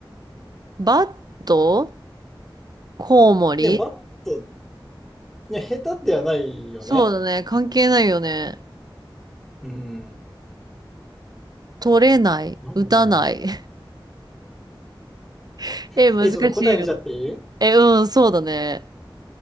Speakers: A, on the right; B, in the centre.
A: バットコウモリ
B: でもバット、いや、下手ではないよね。
A: そうだね。関係ないよね。
B: うん。
A: 取れない、
B: なんだろ
A: 打たない。<laughs> え、難しいよ。
B: う。え、ちょっと答え見ちゃっていいえ、
A: え、うん、そうだね。